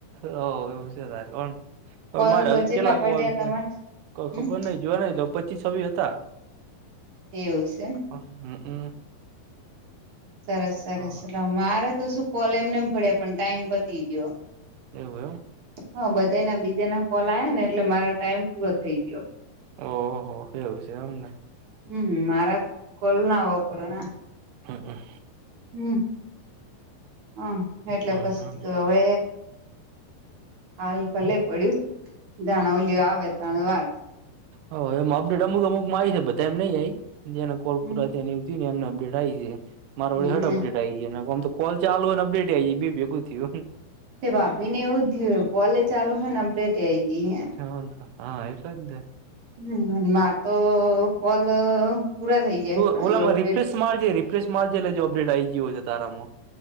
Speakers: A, on the right; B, on the right.
A: હા એવું છે તારે કોણ હવે
B: કોલ
A: મારે
B: તો
A: હજુ
B: ચેટલા
A: કેટલાક
B: પટ્યા
A: કોલ થયા.
B: તમારે
A: કોઈ
B: હમ
A: ખબર નહી જોયા નઈ લગ પચી સવી હતા
B: એવું સે એમ
A: હ હમ્મ
B: સરસ સરસ
A: હા
B: મારે તો શું કોલ એમનેમ પડ્યા પણ ટાઈમ પતી ગયો.
A: એવું એમ.
B: હા બધા ના બીજે ના કોલ આવ્યા ને એટલે મારો ટાઈમ પૂરો થઈ ગયો.
A: ઓહ એવું છે એમને.
B: હમ મારા કોલ ના વપરા ના.
A: હા હ.
B: હમ હ એટલે
A: હમમ
B: પસી તો હવે હાલ ભલે પડ્યું દાણા ઓલી આવે ધણવાદ.
A: હ એમ અપડેટ અમુક અમુકમાં આયી છે બધા મા નઈ આઈ જે ને કોલ
B: હમ
A: પુરા થયા. અમને અપડેટ આયી હે મારે
B: હમ
A: વદી હટ અપડેટ આયી આમ તો કોલ ચાલુ અને અપડેટ આઈ બે ભેગું થયું.
B: તે ભાભી ને એવુંજ થયું કોલે ચાલુ હે ને અડેટે આઈ ગઈ હે.
A: <unintelligible> હા એટલેજ ને.
B: હમ મા તો કોલ. પૂરા થઈ જાય
A: ત
B: પણ હજુ
A: ઓલામાં
B: અપડેટ
A: રિપ્લેસ મારજે રિપ્લેસ મારજે એટલે જો અપડેટ આ આવી ગયો હોય છે તારામાં.